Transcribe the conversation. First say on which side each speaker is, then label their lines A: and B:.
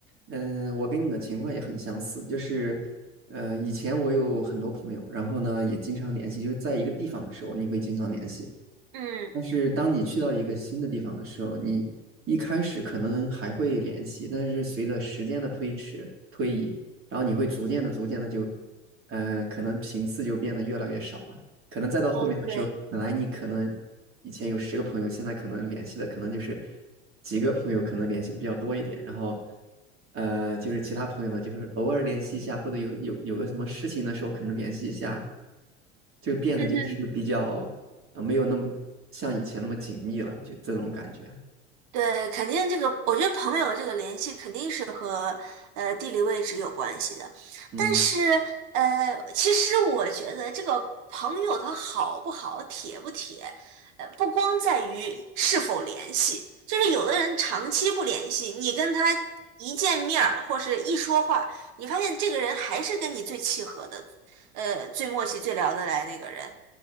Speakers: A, on the right (about 40°); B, on the right (about 60°).
A: 嗯、我跟你的情况也很相似，就是，呃，以前我有很多朋友，然后呢也经常联系，就是在一个地方的时候，你会经常联系。
B: 嗯，
A: 但是当你去到一个新的地方的时候，你一开始可能还会联系，但是随着时间的推迟推移，然后你会逐渐的、逐渐的就，呃，可能频次就变得越来越少了。可能再到后面的时候，
B: 对对，
A: 本来你可能以前有十个朋友，现在可能联系的可能就是几个朋友，可能联系的比较多一点。然后，呃，就是其他朋友呢，就是偶尔联系一下，或者有有有个什么事情的时候，可能联系一下，就变得就是比较。
B: 嗯。
A: 呃，没有那么像以前那么紧密了，就这种感觉。
B: 对，肯定这个，我觉得朋友这个联系肯定是和呃地理位置有关系的，
A: 嗯
B: 但是呃，其实我觉得这个朋友他好不好、铁不铁，呃，不光在于是否联系，就是有的人长期不联系，你跟他一见面儿或是一说话，你发现这个人还是跟你最契合的，呃，最默契、最聊得来那个人。